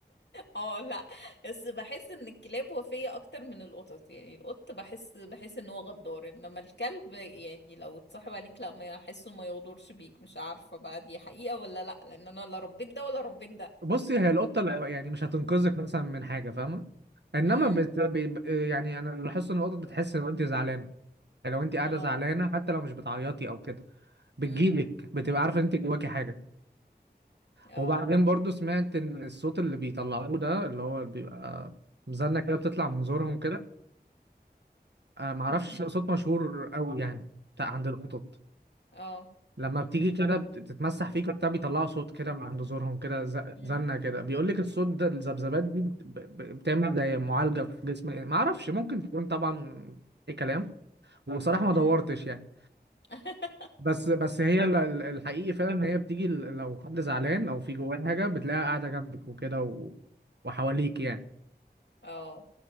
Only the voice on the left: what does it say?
اه لا بس بحس ان الكلاب وفية اكتر من القطط يعني القط بحس بحس ان هو غدار انما الكلب يعني لو اتصاحب عليك لا ما احسه ما يغدرش بيك مش عارفة بقى دي حقيقة ولا لا لان انا لا ربيت ده ولا ربيت ده
امم
اه
امم
اه
امم
اه
امم
امم
<laughs>
اه